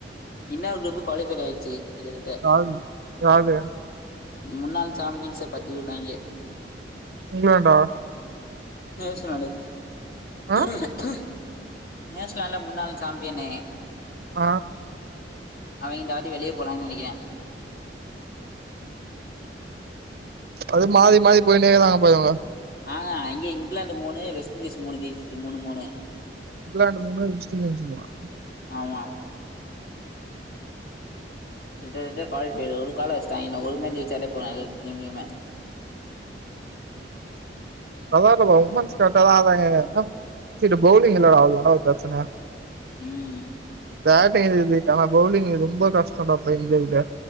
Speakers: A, on the left; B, on the right.
A: இன்னொரு குரூப்பு குவாலிஃபை ஆயிடுச்சு கிட்டத்தட்ட
B: காலு காலு
A: முன்னாள் சாம்பியன்ஸை பத்தி விடுறாங்க
B: இங்கிலாண்டா
A: நியூஸ்லாண்டு
B: ஆ
A: ச நியூசிலாந்துல முன்னாள் சாம்பிய னு
B: ஆ
A: அவங்க டேடி வெளில போறாங்கன்னு நினைக்கிறேன்
B: அது மாறி மாறி போயினே இருப்பாங்க
A: ஆஹ் அங்க இங்கிலாந்து மூணு வெஸ்ட் இண்டீஸ் மூணு ஜெயிச்சுட்டு மூணு மூணு
B: இங்கிலாந்து மூணு வெஸ்ட் இண்டீஸ் மூணா
A: ஆமா இந்த இத பாவி பையலங்க ஒரு கால வச்சுட்டாங்கய இன்னும் ஒரு மேச் ஜெயச்சாலே போதும் அந்த இதுலயுமே
B: அப்டிலாம் இல்ல ப்ரோ ஒமென்ஸ் கரெக்ட்அ தான் வெளையாடுட்றாங்க இந்த பௌலிங்ல ஆடல அதான் ப்ரோ பிரச்சனை
A: உம்
B: பேட்டிங் இது ஆனா பவுலிங் ரொம்ப கஷ்டம்டா நம்ம இந்தியா கிட்ட